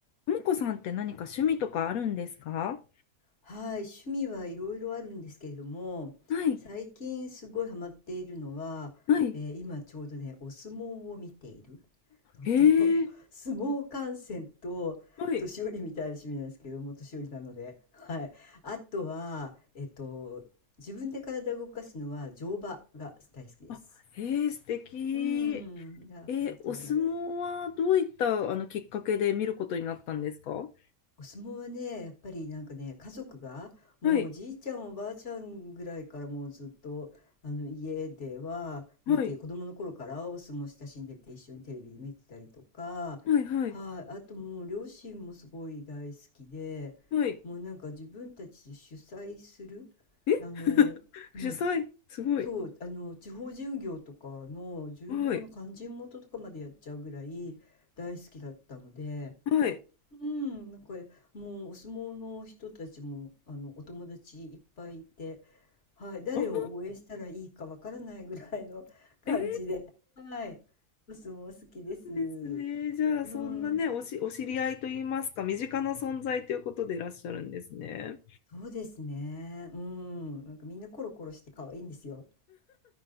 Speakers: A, on the left; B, on the left.
A: ともこさんって何か趣味とかあるんですか
B: はい、趣味はいろいろあるんですけれども、
A: はい、
B: 最近すごいハマっているのは、
A: はい。
B: えー今ちょうどね、お相撲を見ているのと、
A: え、へえ。
B: <laughs>
A: <laughs>
B: 相撲観戦と、
A: はい。
B: 年寄りみたいな趣味なんですけども、年寄りなので。はい。あとは、えっと、自分で体を動かすのは乗馬が大好きです。
A: あ、へえ、素敵。
B: うん、いやありがとうございます。
A: え、お相撲はどういったあのきっかけで見ることになったんですか
B: お相撲はね、やっぱりなんかね、家族が、もうおじいちゃんおばあちゃんぐらいからもうずっと、
A: はい、
B: あの家では見て、
A: はい、
B: 子供の頃からお相撲親しんでて一緒にテレビで見てたりとか、
A: はい、はい、
B: はい、あともう両親もすごい大好きで、
A: はい。
B: もうなんか自分たちで主催する、
A: え
B: あの、
A: <laughs>
B: うん、
A: 主催、すごい。
B: そう、あの、地方巡業とかの巡業の勧進元とかまでやっちゃうぐらい大好きだったので、
A: はい、はい。
B: うん、なんかもうお相撲の人たちもあのお友達いっぱいいて、はい、誰を応援したらいいかわからないぐらいの
A: あー、
B: <laughs> 感じで、
A: えー、
B: はい、お相撲好きです。
A: なんですね。じゃあ、
B: うん、
A: そんなね、おし、お知り合いといいますか、身近な存在ということでいらっしゃるんですね。
B: そうですね。うん、なんかみんなコロコロして可愛いんですよ。